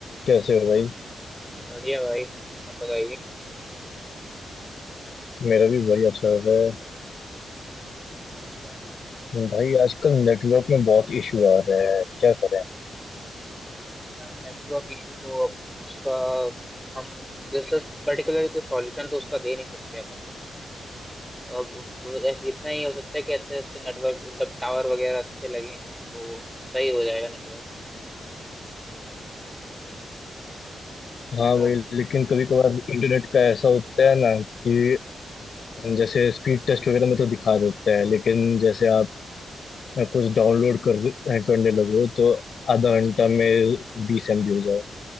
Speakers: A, on the left (about 65°); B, in the centre.
A: कैसे हो भाई
B: बढ़िया भाई आप बताइए
A: मेरा भी बढ़िया चल रहा है
B: अच्छा
A: भाई आजकल नेटवर्क में बहुत इशू आ रहा है क्या करें
B: यार नेटवर्क इशू तो अब उसका हम जैसे पर्टिकुलर कोई सॉल्यूशन तो उसका दे नहीं सकते अपन अब बस इतना ही हो सकता है कि अच्छे अच्छे नेटवर्क मतलब टावर वगैरह अच्छे लगे तो सही हो जाएगा नेटवर्क अच्छा
A: हाँ भाई
B: आप-
A: लेकिन कभी कभार इंटरनेट का ऐसा होता है ना कि जैसे स्पीड टेस्ट वगैरह में तो दिखा देता है लेकिन जैसे आप कुछ डाउनलोड कर करने लगो तो आधा घंटा में बीस एमबी हो जाए